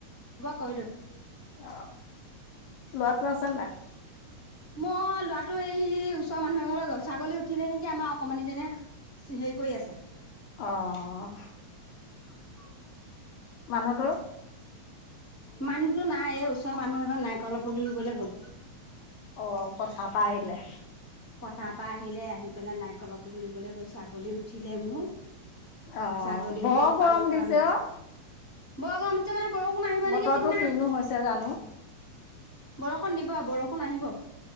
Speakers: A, on the left (about 20°); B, on the left (about 80°).
A: কৈলো।
B: অ লোৱাটো আছে নাই।
A: মই ল'ৰাটো এই ওচৰ মানুহ এ ঘৰলৈ গ'ল ছাগলী উঠিলে নেকি আমাৰ অকণমান নি যেনে হেৰি কৰি আছে।
B: আহঁ
A: <inaudible>
B: মানুহটো
A: মানুহতো নাই এই ওচৰৰ মানুহ এখন নাই কল পুলি ৰুবলৈ গ'ল
B: অঁ পথা পা আহিলে।
A: পথাৰ পৰা আহিলে আহি পেলাই নাৰিকলৰ পুলি ৰুবলৈ গ'ল ছাগলী উঠিলে মোৰ।
B: অ',
A: ছাগলী
B: বৰ
A: উঠি
B: গৰম
A: পান
B: উঠিছে
A: খান
B: অ',
A: ব গৰম উঠিছে। বৰষুণ আহিব নেকি
B: বতৰটো
A: ঠিক নাই
B: কিনো হৈছে জানো।
A: বৰষুণ দিব বৰষুণ আহিব